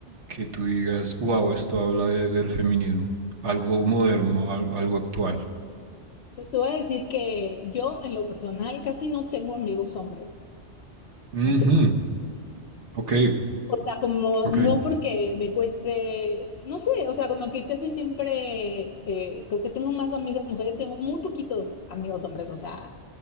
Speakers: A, on the right; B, on the left.
A: que tú digas, wow, esto habla de- del feminismo, algo moderno, al- algo, actual.
B: Pues te voy a decir que yo en lo personal casi no tengo amigos hombres,
A: Ujú,
B: no sé por qué.
A: Ok,
B: O sea, como
A: ok.
B: no porque me cueste, no sé, o sea, como que casi siempre eh, creo que tengo más amigas mujeres, tengo muy poquitos amigos hombres, o sea,